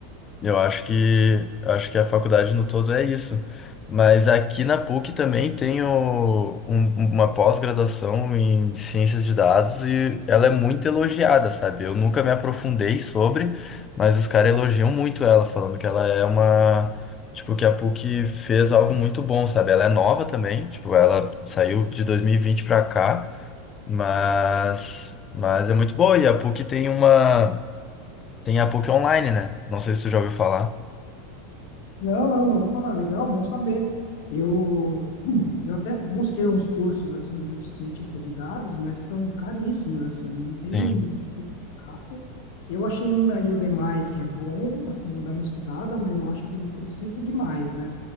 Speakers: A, on the left (about 30°); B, on the left (about 65°).
A: Eu acho que acho que a faculdade no todo é isso. Mas aqui na PUC também tem o- um- uma pós-graduação em ciências de dados e ela é muito elogiada, sabe? Eu nunca me aprofundei sobre, mas os caras elogiam muito ela, falando que ela é uma. Tipo, que a PUC fez algo muito bom, sabe? Ela é nova também, tipo, ela saiu de 2020 pra cá, mas, mas é muito boa. E a PUC tem uma. Tem a PUC Online, né? Não sei se tu já ouviu falar.
B: Não, não, não vou falar. Legal, bom saber. Eu, hum, eu até busquei uns cursos assim de cientista de dados, mas são caríssimos assim. Não tem
A: Sim,
B: curso barato. Eu achei um na Udemy que é bom, assim, vou dar uma estudada, mas eu acho que precisa de mais, né?